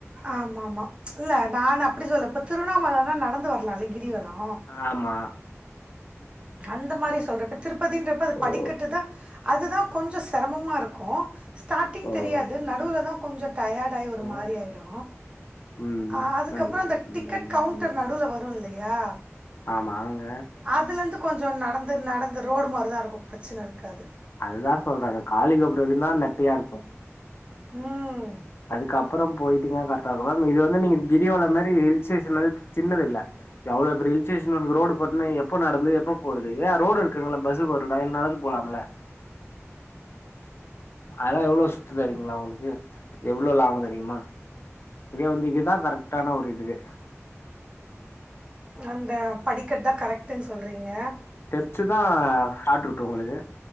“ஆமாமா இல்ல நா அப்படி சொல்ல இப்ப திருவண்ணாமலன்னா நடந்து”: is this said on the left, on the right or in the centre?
Right